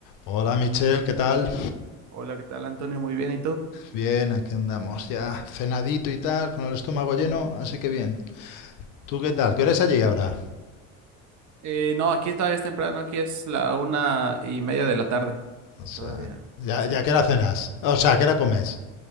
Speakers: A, on the left; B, on the right.
A: Hola Michelle, ¿qué tal?
B: Hola, ¿qué tal, Antonio? Muy bien, ¿y tú?
A: Bien, aquí andamos ya cenadito y tal, con el estómago lleno, así que bien. ¿Tú qué tal? ¿Qué hora es allí ahora?
B: Eh, no, aquí todavía es temprano, aquí es la una y media de la tarde.
A: O sea,
B: Todavía,
A: ya,
B: sí.
A: ya que era cenas. O sea, ¿qué hora comes?